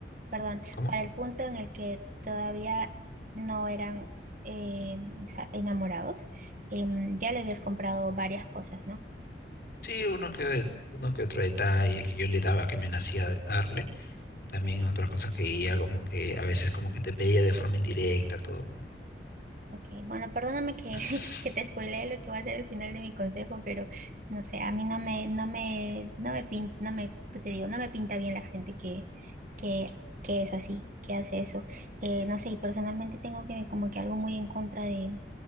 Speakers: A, on the right; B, on the left.
A: perdón,
B: ¿Cómo?
A: para el punto en el que todavía no eran eh, sa- enamorados. Em, ya le habías comprado varias cosas, ¿no?
B: Sí, uno que, uno que otro detalle que yo le daba, que me nacía de darle. Y también otras cosas que ella como que a veces como que te pedía de forma indirecta todo, pues, ¿no?
A: Ok, bueno, perdóname que,
B: <laughs>
A: <laughs> que te spoileé lo que va a ser el final de mi consejo, pero no sé, a mí no me, no me, no me pinta, no me, ¿qué te digo? No me pinta bien la gente que, que, que es así, que hace eso. Eh, no sé, y personalmente tengo que, como que algo muy en contra de,